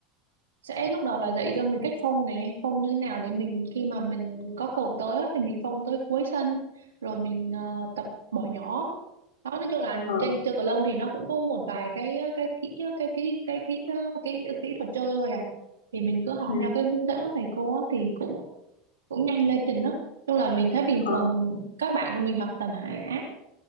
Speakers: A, on the right; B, on the left.
A: sẽ lúc đầu là dạy cho mình cách phông này phông như nào để mình khi mà mình có cầu tới á, thì mình phông tới cuối sân rồi mình ờ, tập bỏ nhỏ đó nói chung là
B: Ờ,
A: trên chơi cầu lông thì nó cũng có một vài cái ờ, cái kỹ ờ, cái kỹ cái kỹ cái kỹ thuật chơi thôi à thì mình cứ học
B: ừ,
A: theo cái hướng dẫn của thầy cô á, thì cũng cũng nhanh lên trình lắm chung là mình thấy bình
B: ờ.
A: thường các bạn của mình học tầm hạ á,